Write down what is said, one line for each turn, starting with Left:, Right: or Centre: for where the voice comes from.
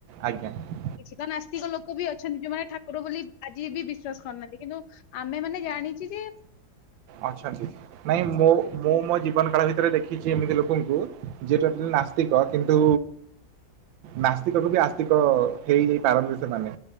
Right: ଆଜ୍ଞା ଆଜ୍ଞା।
Left: କିଛି ତ ନାସ୍ତିକ ଲୋକ ବି ଅଛନ୍ତି ଯୋଉମାନେ ଠାକୁର ବୋଲି ଆଜି ବି ବିଶ୍ଵାସ କରୁନାହାନ୍ତି କିନ୍ତୁ। ଆମେ ମାନେ ଜାଣିଚି ଜେ।
Right: ଅଛ ନାଇଁ ମୁଁ ମୁଁ ମୋ ଜୀବନ କାଳ ଭିତରେ ଦେଖିଛି ଏମିତି ଲୋକଙ୍କୁ ଯିଏ ଟୋଟଲି ନାସ୍ତିକ କିନ୍ତୁ। ନାସ୍ତିକକୁ ବି ଆସ୍ତିକ ହେଇଯାଇ ପାରନ୍ତି ସେମାନେ।